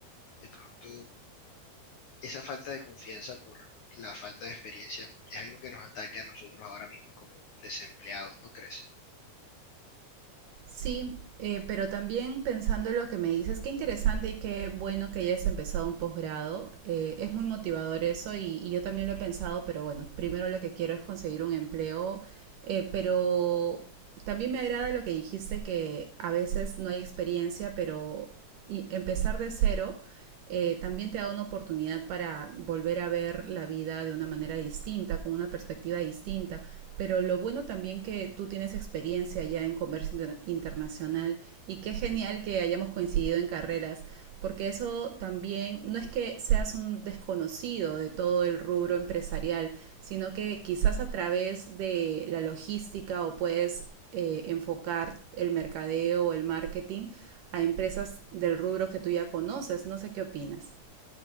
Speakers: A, on the left; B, on the right.
A: de pronto esa falta de confianza por la falta de experiencia es algo que nos ataca a nosotros ahora mismo como desempleados, ¿no crees?
B: Sí, eh, pero también pensando en lo que me dices, qué interesante y qué bueno que hayas empezado un posgrado. Eh, es muy motivador eso y, y yo también lo he pensado, pero bueno, primero lo que quiero es conseguir un empleo, eh, pero también me agrada lo que dijiste que a veces no hay experiencia, pero y- empezar de cero eh, también te da una oportunidad para volver a ver la vida de una manera distinta, con una perspectiva distinta. Pero lo bueno también que tú tienes experiencia ya en comercio inter internacional y qué genial que hayamos coincidido en carreras, porque eso también no es que seas un desconocido de todo el rubro empresarial, sino que quizás a través de la logística o puedes eh, enfocar el mercadeo o el marketing a empresas del rubro que tú ya conoces. No sé qué opinas.